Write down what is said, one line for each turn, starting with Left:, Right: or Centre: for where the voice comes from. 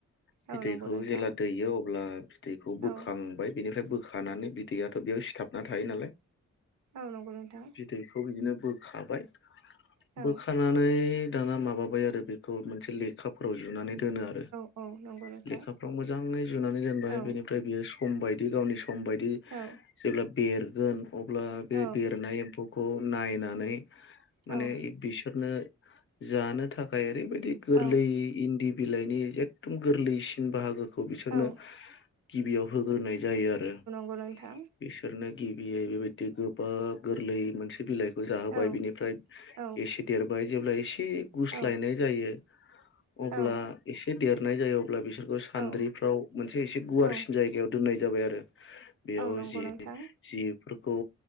Left: बिदैखौ
Right: औ नंगौ नोंथां
Left: जेब्ला दैयो अब्ला बिदैखौ
Right: औ
Left: बोखांबाय बिनिफ्राय बोखानानै बिदैआथ' बेयाव सिथाबना थायो नालाय
Right: औ नंगौ नोंथां
Left: बिदैखौ बिदिनो बोखाबाय
Right: औ
Left: बोखानानै दाना माबाबाय आरो बेखौ मोनसे लेखाफोराव जुनानै दोनो आरो
Right: औ नंगौ नोंथां
Left: लेखाफ्राव मोजाङै जुनानै दोनबाय
Right: औ
Left: बेनिफ्राय बियो सम बायदि गावनि सम बायदि
Right: औ
Left: जेब्ला बेरगोन अब्ला बे
Right: औ
Left: बेरनाय एम्फौखौ नायनानै
Right: औ
Left: माने बिसोरनो जानो थाखाय ओरैबायदि गोरलै
Right: औ
Left: इन्दि बिलाइनि एखदम गोरलैसिन बाहागोखौ बिसोरनो
Right: औ
Left: गिबियाव होग्रोनाय जायो आरो
Right: अ नोंथां
Left: बिसोरनो गिबियै बेबायदि गोबा गोरलै मोनसे बिलाइ जाहोबाय
Right: औ
Left: बिनिफ्राय
Right: औ
Left: एसे देरबाय जेब्ला एसे एसे गुस्लायनाय
Right: औ
Left: जायो अब्ला
Right: औ
Left: एसे देरनाय जायो अ ब्ला बिसोरखौ सान्द्रिफ्राव
Right: औ
Left: मोनसे एसे गुवारसिन
Right: औ
Left: जायगायाव दोननाय जाबाय आरो। बेयाव
Right: औ नंगौ
Left: जि
Right: नोंथां
Left: जि फ्र खौ